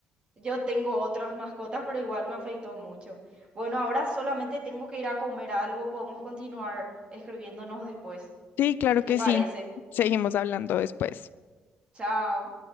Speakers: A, on the right; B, on the left.
A: Yo tengo otras mascotas, pero igual me afectó mucho. Bueno, ahora solamente tengo que ir a comer algo. Podemos continuar escribiéndonos después,
B: Sí, claro
A: si te
B: que
A: parece.
B: sí. Seguimos hablando después.
A: Chao.